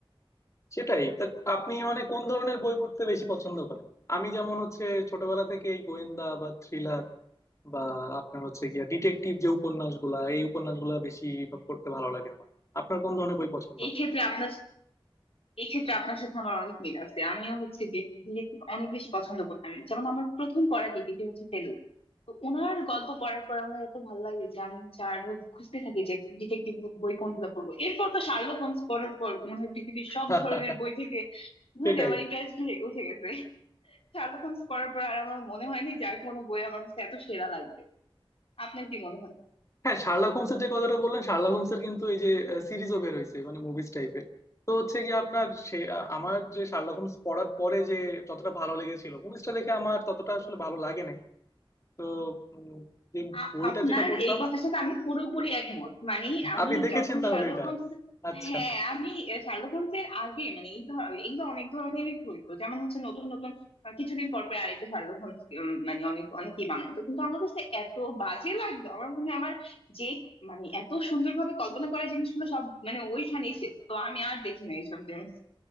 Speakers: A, on the left; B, on the left.
A: সেটাই তা আপনি মানে কোন ধরনের বই পড়তে বেশি পছন্দ করেন আমি যেমন হচ্ছে ছোটবেলা থেকে এই গোয়েন্দা বা থ্রিলার বা আপনার হচ্ছে গিয়া ডিটেকটিভ যে উপন্যাসগুলা এই উপন্যাসগুলা বেশি পড়তে ভালো লাগে আমার আপনার কোন ধরনের বই পছন্দ
B: এই ক্ষেত্রে আপনার এই ক্ষেত্রে আপনার সাথে আমার অনেক মিল আছে আমিও হচ্ছে ডিটেকটিভ অনেক বেশি পছন্দ করতাম যেমন আমার প্রথম পড়া ডিটেকটিভ হচ্ছে ফেলুদা তো ওনার গল্প পড়ার পর আমার এত ভালো লাগে যে আমি হচ্ছে আরো খুঁজতে থাকি যে ডিটেকটিভ বই কোনগুলো পড়বো এরপর তো শার্লক হোমস পড়ার পর মনে হয় পৃথিবীর সব
A: <laughs>
B: ধরনের বই থেকে
A: সেটাই
B: মানে আমার ইন্টারেস্ট উঠে গেছে শার্লক হোমস পড়ার পর আর আমার মনে হয় না যে আর কোনো বই আমার কাছে এত সেরা লাগবে আপনার কি মনে হয়
A: হ্যাঁ শার্লক হোমসের যে কথাটা বললেন শার্লক হোমসের কিন্তু এই যে সিরিজও বের হয়েছে মানে মুভিজ টাইপের তো হচ্ছে কি আপনার সে আহ, আমার যে শার্লক হোমস পড়ার পরে যে যতটা ভালো লেগেছিল মুভিজটা দেখে আমার ততটা আসলে ভালো লাগে নাই তো উম, যে
B: আ-
A: বইটা
B: আপনার
A: যেটা পড়তাম
B: এই কথার সাথে আমি পুরোপুরি একমত মানে আমি
A: আপনি দেখেছেন
B: যখন
A: তাহলে
B: শার্লক
A: এটা
B: হোমস
A: আচ্ছা
B: হ্যাঁ আমি আহ, শার্লক হোমস এর আগে মানে এই ধর- এগুলো অনেক ধরনেরই হইতো যেমন হচ্ছে নতুন নতুন আহ, কিছুদিন পর পর আরেকটা শার্লক হোমস উম, মানে অনেক অনেকেই বানাইতো কিন্তু আমার কাছে এত বাজে লাগতো আমার মনে হয় আমার যে মানে এত সুন্দরভাবে কল্পনা করা জিনিসগুলো সব মানে ওইখানেই শেষ তো আমি আর দেখি না এইসব জিনিস